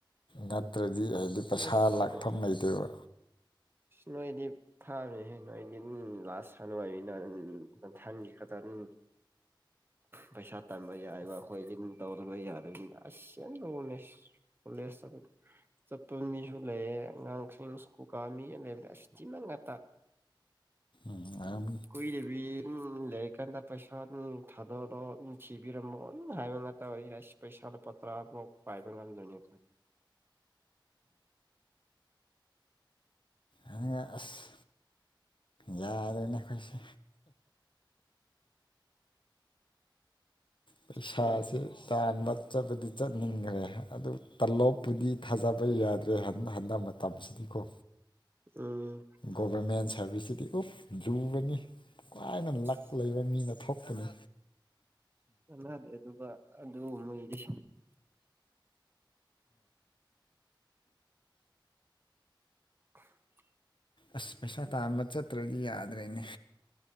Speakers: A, on the left; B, on the right.
A: ꯅꯠꯇ꯭ꯔꯗꯤ ꯍꯥꯏꯗꯤ ꯄꯩꯁꯥ
B: ꯑꯁ
A: ꯂꯥꯛꯐꯝ ꯂꯩꯇꯦꯕ
B: ꯅꯣꯏꯗꯤ ꯊꯥꯃꯦ ꯅꯣꯏꯗꯤ ꯂꯥꯁ ꯊꯅꯥꯏ ꯎ ꯊꯥꯟꯒꯤ ꯈꯗꯅꯤ ꯄꯩꯁꯥ ꯇꯥꯟꯕ ꯌꯥꯏꯕ ꯑꯩꯈꯣꯏꯝ ꯇꯧꯗꯕ ꯌꯥꯗꯕꯅꯤꯅ ꯑꯁ ꯌꯥꯝ ꯂꯅꯦ ꯀꯣꯂꯦꯖ ꯆꯠꯄ ꯃꯤꯁꯨ ꯂꯩꯌꯦ ꯑꯉꯥꯡꯁꯤꯡ ꯀ ꯃꯤꯒ ꯂꯩꯕ꯭ꯔꯥ ꯁꯤꯇꯤꯃ ꯉꯇ
A: ꯎꯝ ꯑꯗꯨꯝ
B: ꯀꯏꯗꯦꯕꯤꯝ ꯂꯩꯔꯀꯥꯟꯗ ꯄꯩꯁꯥ ꯊꯥꯗꯔꯣ ꯕꯤꯔꯝꯃꯣ ꯍꯥꯏꯕ ꯉꯥꯛꯇ ꯑꯣꯏ ꯑꯁ ꯄꯩꯁꯥ ꯄꯇ꯭ꯔꯥꯐꯥꯎ ꯄꯥꯏꯕ ꯉꯝꯗꯣꯏꯅꯦ
A: ꯑꯗꯨ ꯑꯁ ꯌꯥꯗꯅ ꯈꯥꯏꯁ ꯄꯩꯁꯥꯁꯦ
B: ꯈꯪꯗꯦ
A: ꯇꯥꯟꯕꯕ ꯆꯠꯄꯗꯤ ꯆꯠꯅꯤꯡꯈ꯭ꯔꯦ ꯑꯗꯨ ꯇꯂꯣꯞꯄꯨꯗꯤ ꯊꯥꯖꯕ ꯌꯥꯗ꯭ꯔꯦ ꯍꯟꯗꯛ ꯃꯇꯝꯁꯤꯗ ꯏꯀꯣ
B: ꯎꯝ
A: ꯒꯣꯕꯔꯃꯦꯟ ꯁꯔꯚꯤꯁꯕꯤꯁꯁꯤꯗꯤ ꯑꯣ ꯌꯨꯕꯅꯤ ꯈ꯭ꯋꯥꯏꯅ
B: ꯑꯁ
A: ꯂꯛ ꯂꯩꯕ ꯃꯤꯅ ꯊꯣꯛꯄꯅꯤ
B: ꯀꯅꯥꯗꯤ ꯑꯗꯨꯒ ꯑꯗꯨ ꯃꯣꯏꯗꯤ <inaudible>
A: ꯑꯁ ꯄꯩꯁꯥ ꯇꯥꯝꯕ ꯆꯠꯇ꯭ꯔꯗꯤ ꯌꯥꯗ꯭ꯔꯦꯅꯦ